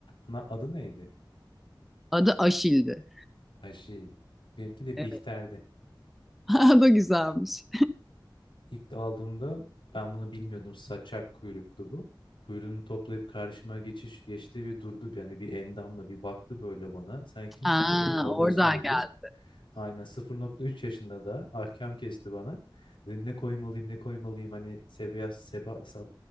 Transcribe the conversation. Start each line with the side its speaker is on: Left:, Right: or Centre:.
Left: Ana adı neydi?
Centre: Adı Aşil'di.
Left: Ay şey, benimki de
Centre: Evet.
Left: Bihter'di.
Centre: <laughs> O da güzelmiş.
Left: İlk aldığımda ben bunu bilmiyordum. Saçak kuyruktu bu. Kuyruğunu toplayıp karşıma geçiş geçti ve durdu. Yani bir endamla bir baktı böyle bana. Sen kimsin
Centre: Aa,
Left: de beni alıyorsun
Centre: oradan
Left: dedi.
Centre: geldi.
Left: Aynen 0.3 yaşında da ahkam kesti bana. Dedim ne koymalıyım ne koymalıyım hani Sebas, Seba, Sab-